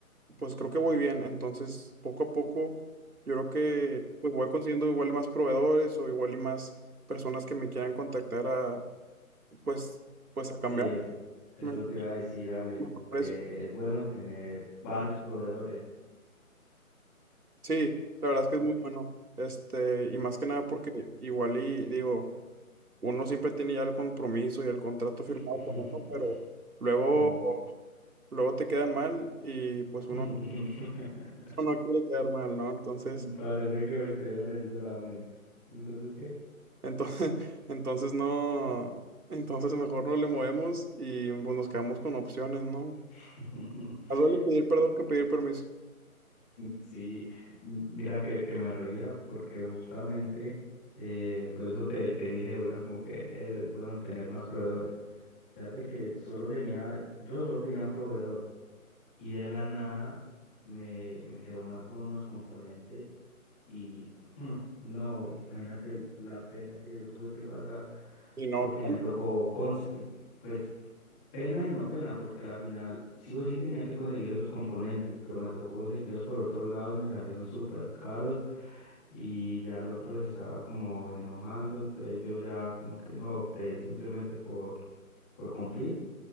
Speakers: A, on the right; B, in the centre.
A: pues creo que voy bien, entonces poco a poco, yo creo que pues voy consiguiendo igual y más proveedores o igual y más personas que me quieran contactar a, pues, pues a
B: Sí,
A: cambiar
B: es, eso
A: mi
B: te iba a decir, Alex.
A: mi precio.
B: Eh, es bueno tener varios proveedores
A: Sí, la verdad es que
B: porque
A: es muy bueno. Este, y más que nada porque igual y digo, uno siempre tiene ya el compromiso y el contrato firmado
B: <laughs>
A: con uno, pero luego,
B: Mm.
A: luego te quedan mal y pues uno,
B: <laughs>
A: <laughs> uno no quiere quedar mal, ¿no? Entonces,
B: parece que me estuviera leyendo la mente. Entonces, ¿qué?
A: entonces, <laughs> entonces no, entonces mejor no le movemos y pues, nos quedamos con opciones, ¿no?
B: <laughs>
A: Más vale pedir perdón que pedir permiso.
B: Sí, m- mira que, que me reía porque justamente eh, por eso te, te dije de una como que eh, es bueno tener más proveedores. Fíjate que solo tenía, yo solo tenía un proveedor. Y de la nada me, me quedó mal con unos componentes y mm, no, imagínate la pena que yo tuve que pasar
A: Y no,
B: porque me tocó, cons- pues pena y no pena, porque a la final sí o sí tenía que conseguir esos componentes, pero me tocó conseguirlos por otro lado y me salieron súper caros y ya el otro se estaba como enojando, entonces yo ya como que no opté simplemente por, por cumplir